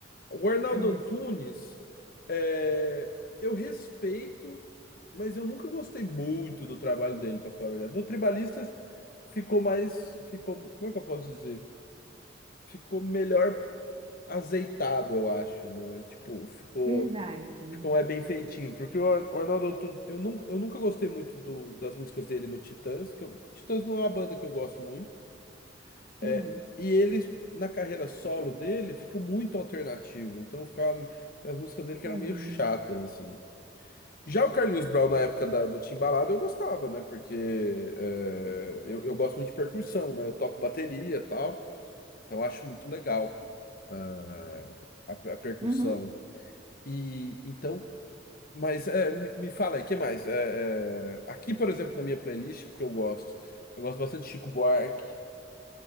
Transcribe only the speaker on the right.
É,
verdade.
Hum,
é.
Uhum.